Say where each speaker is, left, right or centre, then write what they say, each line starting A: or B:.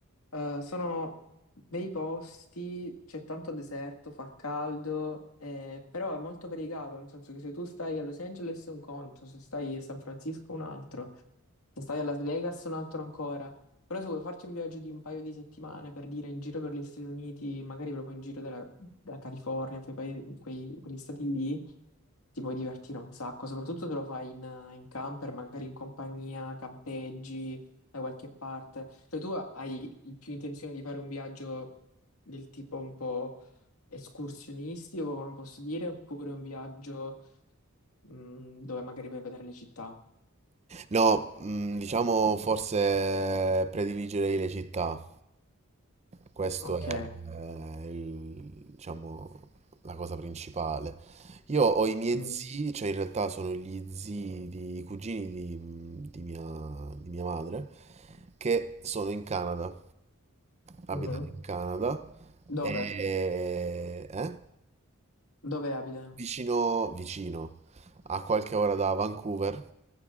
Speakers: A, on the left; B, on the right.
A: Eh, sono bei posti, c'è tanto deserto, fa caldo, eh, però è molto variegato, nel senso che se tu stai a Los Angeles è un conto, se stai a San Francisco è un altro, se stai a Las Vegas è un altro ancora. Però se vuoi farci un viaggio di un paio di settimane per dire in giro per gli Stati Uniti, magari proprio in giro della, della California, quei paesi- quei- quegli stati lì, ti puoi divertire un sacco, soprattutto se lo fai in, in camper, magari in compagnia, campeggi da qualche parte. Cioè tu hai più intenzione di fare un viaggio del tipo un po' escursionistico, come posso dire, oppure un viaggio mh, dove magari vai a vedere le città.
B: No, mm, diciamo forse prediligerei le città. Questo
A: Ok.
B: è, eh, il- diciamo, la cosa principale. Io ho i miei
A: Mm.
B: zii, cioè in realtà sono gli zii di i cugini di, di mia, di mia madre, che sono in Canada, abitano
A: Mhm.
B: in Canada,
A: Dove?
B: e, eh,
A: Dove abita?
B: vicino, vicino, a qualche ora da Vancouver,